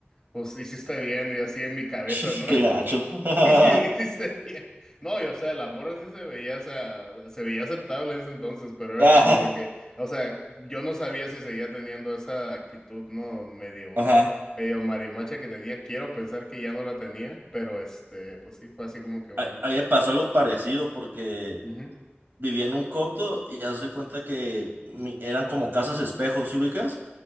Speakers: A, on the left; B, on the right.
A: pues hiciste bien, y así en mi cabeza,
B: <laughs>
A: ¿no?
B: Qué gacho.
A: <laughs>
B: <laughs>
A: Y sí, y sí se veía- No, y o sea, la morra sí se veía, o sea, se veía aceptable en ese entonces, pero era
B: Ah,
A: como de que, o sea, yo no sabía si seguía teniendo esa actitud, ¿no? Medio,
B: ajá.
A: medio marimacha que tenía. Quiero pensar que ya no la tenía, pero este, pues sí, fue así como que un.
B: A, a pasó algo parecido porque
A: ujú,
B: vivía en un coto y haz de cuenta que mi- eran como casas espejos, ¿sí ubicas?